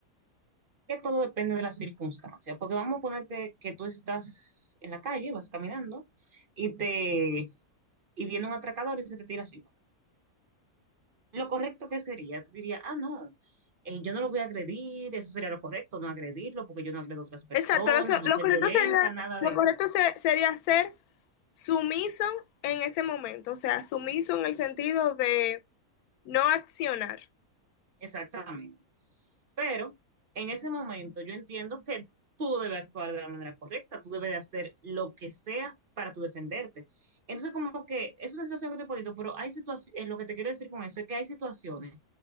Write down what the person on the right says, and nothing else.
Que todo depende de la circunstancia, porque vamos a ponerte que tú estás en la calle, vas caminando y te y viene un atracador y se te tira arriba. Lo correcto que sería, tú dirías, ah, no, eh, yo no lo voy a agredir, eso sería lo correcto, no agredirlo, porque yo no agredo a otras personas,
no
ser
violenta,
nada
de
eso.
Exactamente. Pero en ese momento yo entiendo que tú debes actuar de la manera correcta, tú debes de hacer lo que sea para tú defenderte. Entonces, como que es una situación que te podito, pero hay situaciones, lo que te quiero decir con eso es que hay situaciones